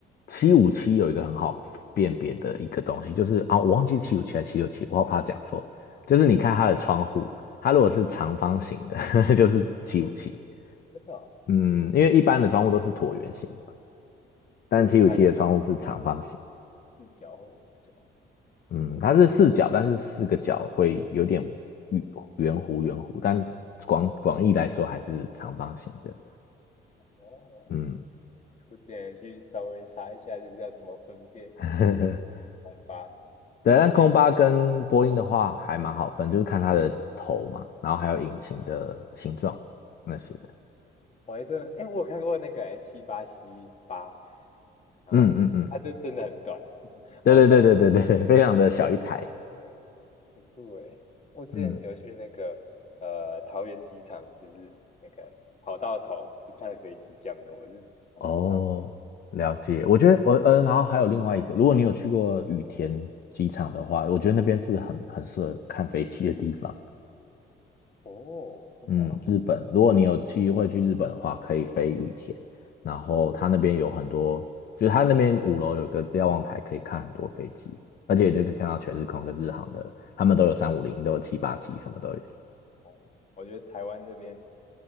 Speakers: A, on the left; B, on the left.
A: 七五七有一个很好辨别的一个东西，就是啊、我忘记七五七还是七六七，我好怕讲错。就是你看它的窗户，
B: 那个
A: 它如果是长方形的，<laughs> 就是七五七。
B: 真的哦
A: 嗯，因为一般的窗户都是椭圆形的嘛，但七五七的窗户是长方形。
B: 就是它是四角或五角。
A: 嗯，
B: 哦
A: 它是四角，但是四个角会有点圆圆弧圆弧，但广广义来说还是长方形的。
B: 哦，
A: 嗯，
B: 我点去稍微查一下，就是要怎么分辨
A: <laughs>
B: 红八。就是我记得，
A: 对，但空巴跟波音的话还蛮好分，就是看它的头嘛，然后还有引擎的形状那些的。
B: 我还真的，哎，我有看过那个哎七八七八，七八然后它这真的很短，
A: 嗯嗯嗯，
B: <laughs>
A: 对对对对对对对，
B: 好短。
A: 非常的小一台。
B: 很酷诶，我之前有去那个呃桃园机场，
A: 嗯，
B: 就是那个跑道头去看飞机降落，我就是从头上
A: 哦，了解。我觉得我呃，然后还有另外一个，如果你有去过羽田机场的话，我觉得那边是很很适合看飞机的地方。
B: 哦，真的啊、
A: 嗯，日本，如果你有机会去日本的话，可以飞羽田，然后他那边有很多，就是他那边五楼有个瞭望台，可以看很多飞机，而且就可以看到全日空跟日航的，他们都有三五零，都有七八七，什么都有。
B: 哦，我觉得台湾这边，